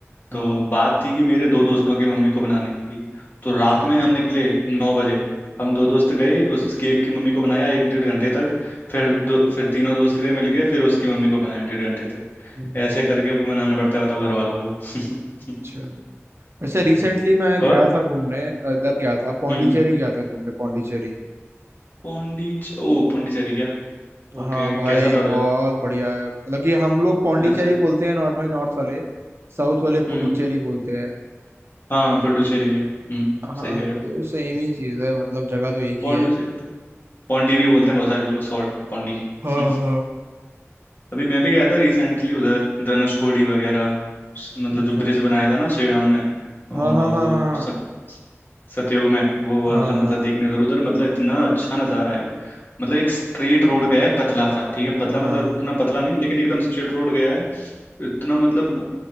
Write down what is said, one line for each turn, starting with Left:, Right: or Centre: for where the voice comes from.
Right: हम्म
Left: तो बात थी कि मेरे दो दोस्तों की मम्मी को बनाने की तो
Right: अच्छा
Left: रात में हम निकले नौ बजे हम दो दोस्त गए उसकी एक की मम्मी को बनाया एक डेढ़ घंटे तक फिर दो फिर तीनों दोस्त गए मिल गए फिर उसकी मम्मी को बनाया डेढ़ घंटे तक
Right: हम्म,
Left: ऐसे करके मनाना पड़ता है बताओ घर वालों को <laughs>
Right: अच्छा वैसे रिसेंटली मैं
Left: और
Right: गया था घूमने इधर गया था पौंडीचेरी
Left: हम्म
Right: गया था घूमने पौंडीचेरी
Left: पौंडीच ओ पौंडीचेरी क्या
Right: हाँ
Left: ओके
Right: भाई
Left: कैसा था
Right: बहुत
Left: उधर
Right: बढ़िया है मतलब कि हम लोग पौंडीचेरी
Left: अच्छा
Right: बोलते हैं नॉर्मली नॉर्थ वाले साउथ वाले पुडुचेरी
Left: हम्म
Right: बोलते हैं
Left: हाँ पुडुचेरी है हम्म
Right: हाँ
Left: सही कह रहे
Right: तो
Left: हो
Right: सेम ही चीज़ है मतलब जगह तो एक
Left: पौंडीचेरी
Right: ही है
Left: पौंडी भी बोलते हैं बहुत सारे लोग शॉर्ट में पौंडी
Right: हाँ
Left: <laughs>
Right: हाँ
Left: अभी मैं भी गया था रिसेंटली उधर धनुषकोडी वगैरह स- मतलब
Right: अच्छा
Left: जो ब्रिज बनाया था ना श्री राम ने अ, वो
Right: हाँ हाँ हाँ हाँ
Left: सत, सतयुग में वो वाला
Right: हाँ
Left: मतलब
Right: हाँ
Left: देखने उधर उधर मतलब इतना अच्छा नज़ारा है मतलब एक स्ट्रेट रोड गया है पतला सा ठीक है पतला
Right: हाँ
Left: मतलब
Right: हाँ।
Left: इतना पतला नहीं लेकिन एकदम स्ट्रेट रोड गया है इतना मतलब